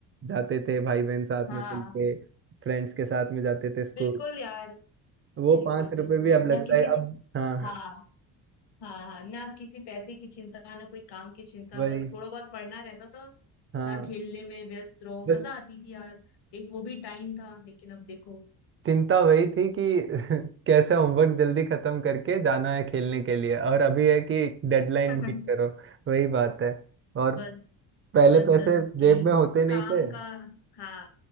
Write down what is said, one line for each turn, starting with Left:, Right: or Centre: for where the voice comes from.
Right: जाते थे भाई बहन साथ
Left: हाँ
Right: में मिलके फ्रेंड्स के साथ में जाते थे स्कूल
Left: बिल्कुल यार
Right: वो
Left: बिल्कुल
Right: पांच
Left: बिल्कुल
Right: रुपए भी अब लगता
Left: ना किसी
Right: है अब हाँ
Left: हाँ हाँ हाँ ना किसी पैसे की चिंता ना कोई काम की चिंता
Right: वही
Left: बस थोड़ा बहुत पढ़ना रहता था
Right: हाँ
Left: ना खेलने में व्यस्त रहो
Right: बस
Left: मजा आती थी यार एक वो भी टाइम था लेकिन अब देखो
Right: चिंता वही थी कि <laughs> कैसे होमवर्क जल्दी खत्म करके जाना है खेलने के लिए और अभी है कि डेडलाइन
Left: <laughs>
Right: मीट करो वही बात है और
Left: बस
Right: पहले
Left: बस
Right: पैसे
Left: बस
Right: जेब
Left: कि
Right: में होते नहीं
Left: काम
Right: थे
Left: का हाँ